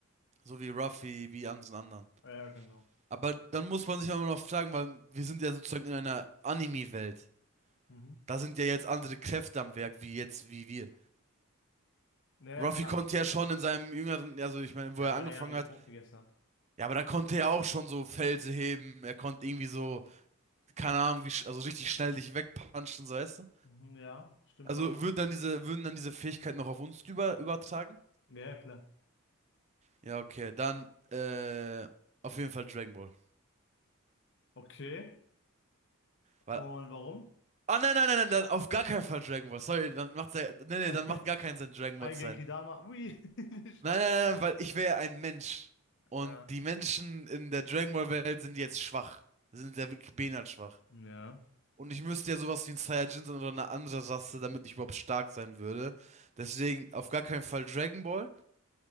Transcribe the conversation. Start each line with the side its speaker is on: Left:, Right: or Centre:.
Right: so wie Ruffy, wie alle anderen.
Left: ja, ja, genau.
Right: Aber dann muss man sich auch immer noch fragen, weil wir sind ja sozusagen in einer Anime-Welt.
Left: Mhm.
Right: Da sind ja jetzt andere Kräfte am Werk, wie jetzt, wie wir.
Left: Naja,
Right: Ruffy
Left: klar.
Right: konnte ja schon in seinem jüngeren, also ich meine,
Left: Ja,
Right: wo er angefangen
Left: weil er ja die
Right: hat,
Left: Frucht gegessen hat.
Right: ja, aber da konnte er auch schon so Felsen heben, er konnte irgendwie so, keine Ahnung, wie, sch- also richtig schnell dich wegpunchen, so weißt du?
Left: Mhm, ja, stimmt
Right: Also
Left: auch.
Right: würden dann diese, würden dann diese Fähigkeiten noch auf uns über, übertragen?
Left: Ja, ja, klar.
Right: Ja, okay, dann äh, auf jeden Fall Dragon Ball.
Left: Okay. Und
Right: Weil,
Left: warum?
Right: ah, nein, nein, nein, nein, dann auf gar keinen Fall Dragon Ball. Sorry, dann macht's ja, nee, nee,
Left: <laughs>
Right: dann macht gar keinen Sinn, Dragon
Left: Ein
Right: Ball zu
Left: Genki
Right: sein.
Left: Dama. Ui. <laughs>
Right: Nein, nein, nein, nein, weil ich wäre ja ein Mensch. Und
Left: Äh,
Right: die Menschen in der Dragon Ball Welt sind jetzt schwach. Sind ja wirklich behindert schwach.
Left: Ja.
Right: Und ich müsste ja sowas wie ein Saiyajin sein oder eine andere Rasse, damit ich überhaupt stark sein würde. Deswegen auf gar keinen Fall Dragon Ball.